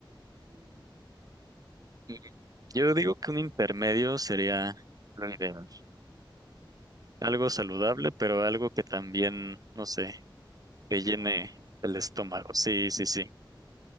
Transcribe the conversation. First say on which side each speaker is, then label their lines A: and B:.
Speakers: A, on the right; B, on the right.
A: tú dime,
B: Mm, Yo digo que un intermedio sería lo ideal. Algo saludable,
A: bueno,
B: pero algo que también, no sé, que
A: que
B: llene
A: sea rico.
B: el estómago. Sí, sí, sí.